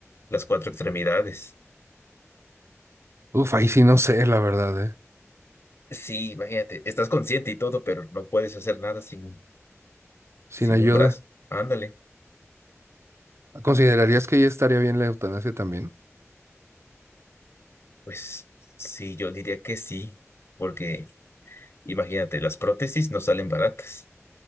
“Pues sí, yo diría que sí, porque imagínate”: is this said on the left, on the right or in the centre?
Left